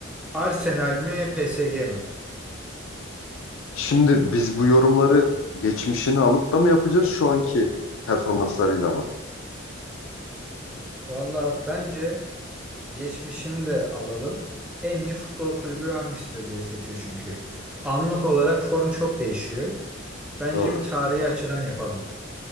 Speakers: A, in the centre; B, on the left.
A: Arsenal mi PSG mi?
B: Şimdi biz bu yorumları geçmişini alıp da mı yapacağız şu anki performanslarıyla mı?
A: Valla bence geçmişini de alalım. En iyi futbol kulübü hangisidir diye seçiyor çünkü. Anlık olarak form çok değişiyor. Bence
B: Doğru.
A: bir tarihi açıdan yapalım.